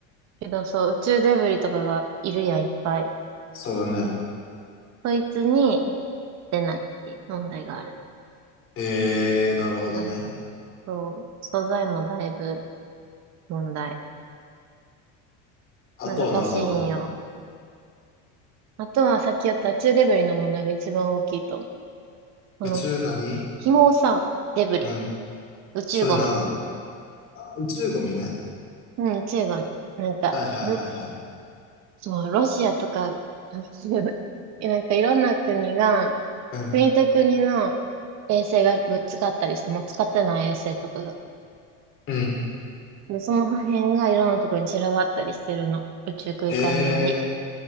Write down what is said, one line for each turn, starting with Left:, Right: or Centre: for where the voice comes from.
Right: けど、そう、宇宙デブリとかがいるやん、いっぱい。
Left: そうだね。
Right: そいつに出ないっていう問題がある。
Left: ええー、なるほどね。
Right: からそう、素材もだいぶ問題。
Left: あとはなんかあんの
Right: 難しいんよ。あとはさっきやった宇宙デブリの問題が一番大きいと思う。この、
Left: 宇宙何
Right: 紐をさ、デブリ、
Left: うん。
Right: 宇宙ゴミ。
Left: それ何なのあ、宇宙ゴミね。
Right: うん、宇宙ゴミ。なんか、
Left: はいはいはいはい。
Right: ずっと、ロシアとか、<laughs> なんかいろんな国が、
Left: うん。
Right: 国と国の衛星がぶつかったりして、もう使ってない衛星とかが。
Left: うん。
Right: で、その破片がいろんなところに散らばったりしてるの。宇宙空間上に。
Left: ええ